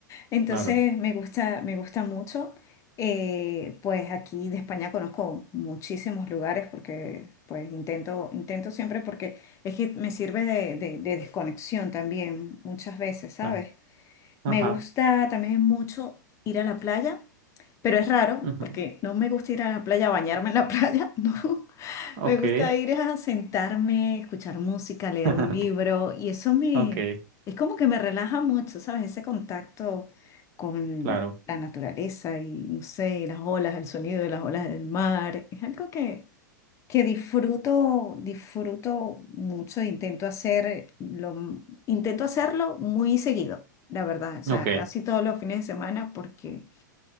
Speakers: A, on the left; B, on the right.
A: Entonces
B: Claro,
A: me gusta, me gusta mucho. Eh, pues aquí de España conozco muchísimos lugares porque pues intento, intento siempre porque es que me sirve de, de de desconexión también muchas veces, ¿sabes?
B: claro. Ajá.
A: Me gusta también mucho ir a la playa. Pero es raro
B: ujú.
A: porque no me gusta ir a la playa a bañarme en la <laughs> playa, no.
B: Ok.
A: Me gusta ir a sentarme, escuchar música, leer
B: <laughs>
A: un libro y eso me,
B: Ok,
A: es como que me relaja mucho, ¿sabes? Ese contacto con
B: claro.
A: la naturaleza y no sé, las olas, el sonido de las olas del mar. Es algo que, que disfruto, disfruto mucho, intento hacer lo- intento hacerlo muy seguido, la verdad. O sea,
B: Ok,
A: casi todos los fines de semana porque